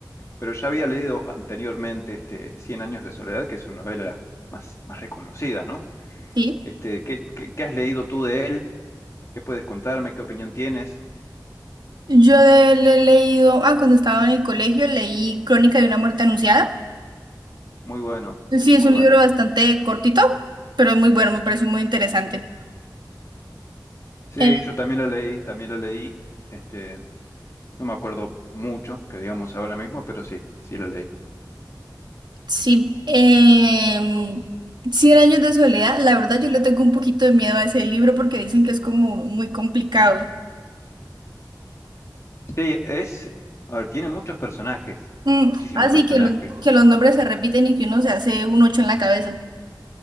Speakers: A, on the left (about 40°); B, on the right (about 75°).
A: pero ya había leído anteriormente este, Cien años de soledad, que es una novela más, más reconocida, ¿no?
B: Sí.
A: Este, ¿qué, qué, qué has leído tú de él? ¿Qué puedes contarme? ¿Qué opinión tienes?
B: Yo de él he leído, ah, cuando estaba en el colegio leí Crónica de una muerte anunciada.
A: Muy bueno,
B: Sí, es
A: muy
B: un
A: buena.
B: libro bastante cortito, pero es muy bueno, me parece muy interesante.
A: Sí,
B: Eh,
A: yo también lo leí, también lo leí. Este, no me acuerdo mucho, que digamos ahora mismo, pero sí, sí lo leí.
B: sí. em, Cien años de soledad, la verdad yo le tengo un poquito de miedo a ese libro porque dicen que es como muy complicado.
A: Sí, es, a ver, tiene muchos personajes,
B: Mm,
A: muchísimos
B: así
A: personajes.
B: que, los- que los nombres se repiten y que uno se hace un ocho en la cabeza.